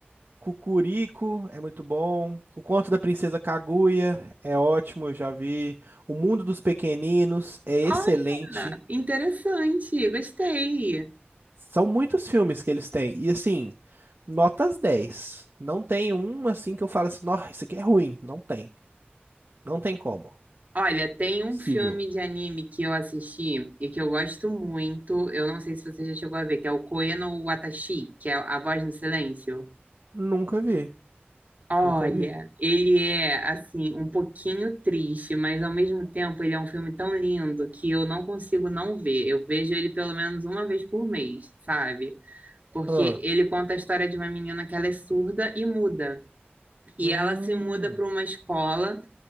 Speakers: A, on the right (about 55°); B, on the right (about 40°).
A: Cucurico é muito bom. O Conto da Princesa Kaguya é ótimo, eu já vi. O Mundo dos Pequeninos é excelente.
B: Olha, interessante, gostei.
A: São muitos filmes que eles têm. E assim, notas 10. Não tem um assim que eu falo assim, nossa, isso aqui é ruim. Não tem. Não tem como.
B: Olha, tem um
A: Possível.
B: filme de anime que eu assisti e que eu gosto muito. Eu não sei se você já chegou a ver, que é o Koe no Watashi, que é A Voz no Silêncio.
A: Nunca vi.
B: Olha,
A: Nunca vi.
B: ele é assim um pouquinho triste, mas ao mesmo tempo ele é um filme tão lindo que eu não consigo não ver. Eu vejo ele pelo menos uma vez por mês, sabe? Porque
A: Ah,
B: ele conta a história de uma menina que ela é surda e muda. E
A: hum,
B: ela se muda para uma escola